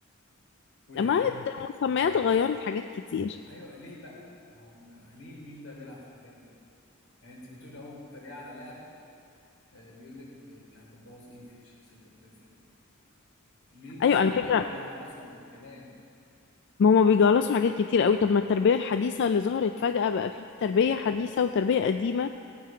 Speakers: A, on the left (about 85°); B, on the left (about 60°).
A: وضحك
B: لما المسميات غيرت حاجات كتير
A: ايوه ليه بقى ما هو ليه مين بقى بيلعب في الحاجات دي يعني انت بتقولي اهو بتتريق على لعبه آه، بيقول لك ب- مش عارف بتبوظ ايه في شخصيه الطفل ليه بي...
B: ايوه
A: ليه
B: على فكره
A: بقوا بيجعلصوا الكلام
B: ما هما بيجلصوا حاجات كتير قوي طب ما التربيه الحديثه اللي ظهرت فجاه بقى في تربيه حديثه وتربيه قديمه